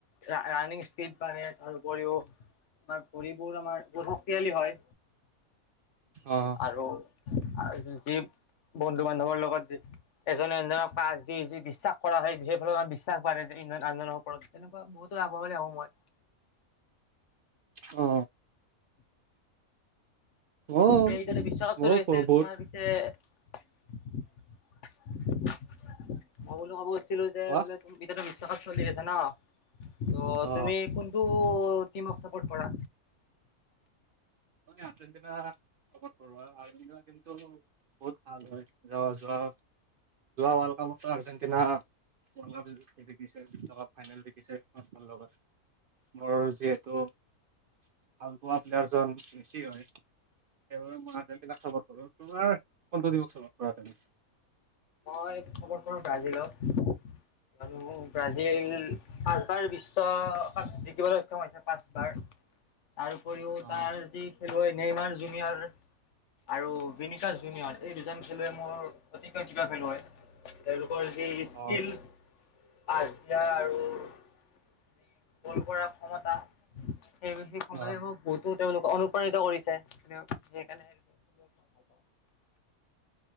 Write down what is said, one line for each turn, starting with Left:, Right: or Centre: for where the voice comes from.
Left: ৰা ৰানিং স্পীড বাৰে তাৰ উপৰিও আমাৰ ঘুৰিবোৰ আমাৰ ব তিয়ালি হয়
Right: অ'।
Left: আৰু আৰ যি যিব বন্ধু বান্ধৱৰ লগত যি এজনে এনজনক পাছ দি যি বিশ্বাস কৰা হয় বিশেইফালৰ বিশ্বাস পাৰে যে আনজনৰ ওপৰত তেনেকুৱা বহুত <unintelligible>
Right: অ। ময়ো
Left: পিছে এতিয়া ত বিশ্বকাপ
Right: ময়ো
Left: চলি আছে
Right: বহুত
Left: তোমাৰ পিছে <unintelligible> ম বোলো কবোজ ছিলো যে
Right: অ',
Left: বোলে এতিয়াতো বিশ্বকাপ চলি আছে ন, ত
Right: অ'।
Left: তুমি কোনটো অ' টিমক চাপৰ্ট কৰা।
Right: আচন্তনাটো <unintelligible> বহুত ভাল হয় যোৱা যোৱা যোৱা ৱৰ্ল্ড কাপৰ পৰা আৰ্জেণ্টিনা ৱৰ্ল্ড কাপ জিকিছে ফাইনেল জিকিছে পচ লগত। মোৰ যিহেতু ভাল পোৱা প্লেয়াৰজন মেছি হয়। সেইবাবে মই আৰ্জেণ্টিনাক চাৰ্পট কৰো, তোমাৰ কোনটো টিমক চাৰ্পট কৰা?
Left: মই খবৰ কৰো ব্ৰাজিলক, কিয়নো ব্ৰাজিল তাৰ বিশ্ব কাপ জিকিবলৈ সক্ষম হৈছে পাঁচবাৰ তাৰ উপৰিও
Right: অ',
Left: তাৰ যি খেলুৱৈ নেইমাৰ জুমিয়াৰ আৰু ভনিকশ জুনিয়ৰ এই দুজন খেলুৱে মোৰ অতিকৈ কিবা খেলুৱৈ, তেওঁলোক কৰ যি স্কিল
Right: অ',
Left: পাছ দিয়া আৰু যি গোল কৰাৰ ক্ষমতা সেই বিশেষ সময়াজে
Right: অ',
Left: সুখ বহুতো তেওঁলোক অনুপ্ৰাণিত কৰিছে <unintelligible> সেইকাৰণে <unintelligible> ভাল পাওঁ।